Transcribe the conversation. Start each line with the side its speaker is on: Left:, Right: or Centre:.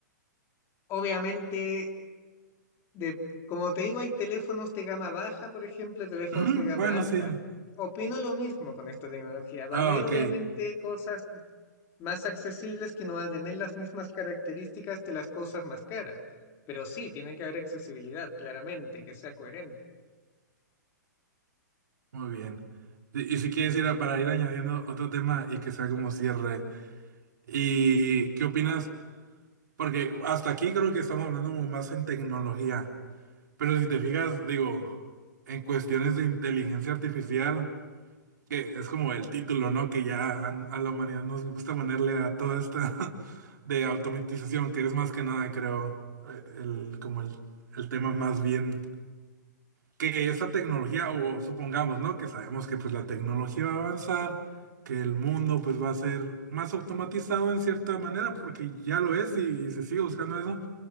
Left: Obviamente, de, como te digo, hay teléfonos de gama baja, por ejemplo, y teléfonos
Right: Ujú,
Left: de gama
Right: Bueno,
Left: alta.
Right: sí.
Left: Opino lo mismo con esta tecnología. Va
Right: Ah,
Left: a haber
Right: ok,
Left: obviamente cosas más accesibles que no van a tener las mismas características de las cosas más caras. Pero sí, tiene que haber accesibilidad, claramente, que sea coherente.
Right: muy bien. Y y si quieres ir a- para ir añadiendo otro tema y que sea como cierre. ¿Y qué opinas? Porque hasta aquí creo que estamos hablando como más en tecnología. Pero si te fijas, digo, en cuestiones de inteligencia artificial, que es como el título, ¿no? Que ya a, a la humanidad nos gusta ponerle a toda esta <laughs> de automatización, que es más que nada, creo, eh, el, como el, el tema más bien que esa tecnología, o supongamos, ¿no? Que sabemos que pues la tecnología va a avanzar, que el mundo pues va a ser más automatizado en cierta manera, porque ya lo es y y se sigue buscando eso